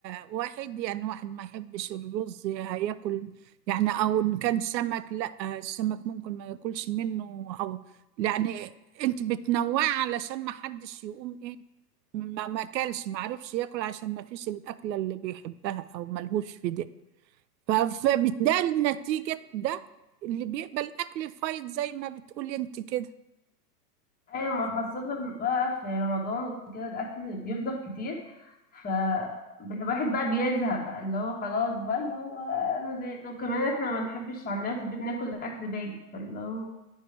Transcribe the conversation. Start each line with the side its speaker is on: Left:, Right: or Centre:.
Right: واحد يعني واحد ما يحبش الرز هياكل يعني أو إن كان سمك لا السمك ممكن ما ياكلش منه أو يعني أنت بتنوعي علشان ما حدش يقوم إيه ما ما كلش ما عرفش ياكل عشان ما فيش الأكلة اللي بيحبها أو ملهوش في ده ف- فبالتالي نتيجة ده اللي بيقبل أكل فايض زي ما بتقولي أنت كده
Left: ايوه ما خاصة بقى في رمضان وكده الاكل بيفضل كتير ف الواحد بقى بيزهق بقى اللي هو خلاص بقى اللي هو انا زهقت وكمان احنا ما بنحبش عندنا في البيت ناكل اكل بايت فاللي هو